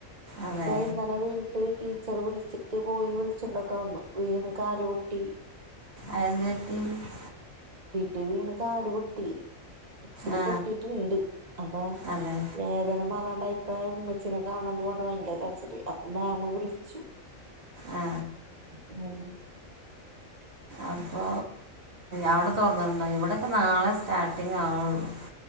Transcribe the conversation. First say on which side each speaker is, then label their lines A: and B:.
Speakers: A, on the right; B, on the right.
A: അതെ
B: ഇതൈ ഇന്നലെ വീണിട്ട് ടീച്ചർ വിളിച്ചിട്ട് പോയി വിളിച്ചുണ്ടോക്ക വന്ന് വീണ് കാല പൊട്ടി
A: അഅതെന്തു പറ്റി
B: ടിവീ കാലു പൊട്ടി ഇച്ചിരി
A: ആ
B: പൊട്ടിട്ടുണ്ട് അപ്പൊ
A: അതെ
B: വേദന മാറാൻ ഇപ്പ ഉമ്മച്ചീനെ കാണന്ന് പറഞ്ഞ ഭയങ്കര കരചിൽ അപ്പൊ മാമ വിളിച്ചു
A: ആ
B: ഉം
A: അപ്പൊ അവിടെ തോറന്നിട്ടുണ്ടാവ ഇവിടെൊക്കെ നാളെ സ്റ്റാർട്ടിങ് ആവുള്ളു